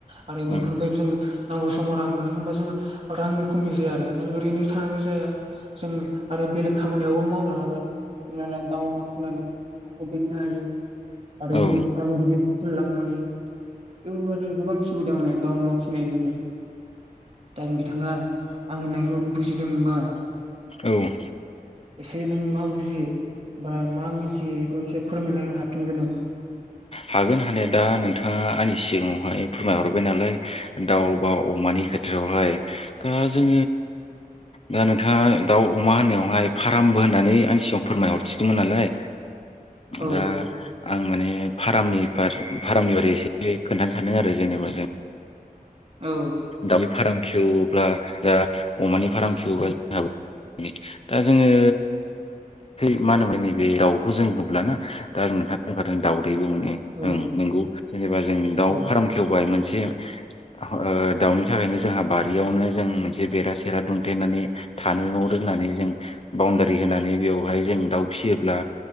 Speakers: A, on the right (about 45°); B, on the left (about 40°).
A: आरो बेफोरनिफ्राय
B: औ
A: जोङो नांगौ समाव रां मोनो होनबा जोङो रांनि खमि जाया आरो जों ओरैनो थानानैबो ओ जों आरो बेलेग खामानियावबो मावनो हागोन। हमना दा दाउ अमा फिनानै जों नखौ बेंनो हायो आरो
B: औ
A: जोङो फार्म गिदिर खुलिलांनो हायो। बेफोरबादि गोबां सुबिदा माने दाउ अमा फिनायनिबो। दा बिथाङा आं होननायखौ बुजिदोंबा
B: औ ‌
A: एसे नों मा बुजियो बा मा मिथियो बेखौ एसे फोरमायनो हाफिनगोन नामा?
B: हागोन हानाया दा नोंथाङा आंनि सिगाङावहाय फोरमायहरबाय नालाय दाउ बा अमानि खोथायावहाय दा जों दा नोंथाङा दाउ अमा होननायावहाय फार्मबो होननानै आंनि सिगाङाव फोरमायहरथिदोंमोन नालाय
A: औ
B: दा आं माने नि फार फार्मनि बारै एसे खोन्थानो सानदों आरो जेनेबा जों
A: औ
B: दाउनि फार्म खेवब्ला जा अमानि फार्म खेवोबा जोंहाबो दा जोङो <unintelligible> मा होनोमोन नैबे दावखौ जों बुुब्लाना दा नोंथाङा बुंखादों दाव बेबो माने
A: औ
B: ओं नंगौ जेनेबा जों दाउ
A: औ
B: फार्म खेवबाय मोनसे ओ दाउनि थाखायनो जोंहा बारियावनो जों मोनसे बेरा सेरा दुमथेनानै थानो न' लुना माने जों बाउनडारि होनानै बेयावहाय जों दाउ फिसियोब्ला